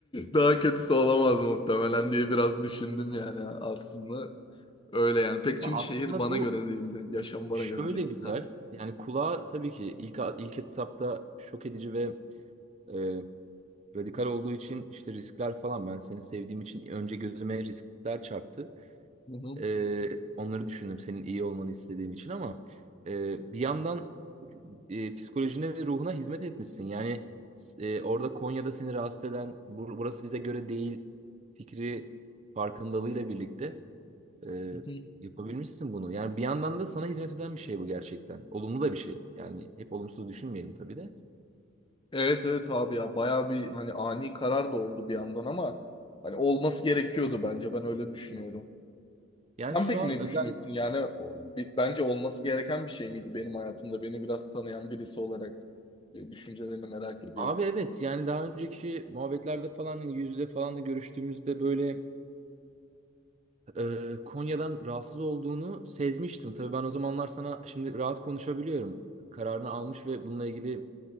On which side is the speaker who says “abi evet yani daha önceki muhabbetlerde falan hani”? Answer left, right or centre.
Right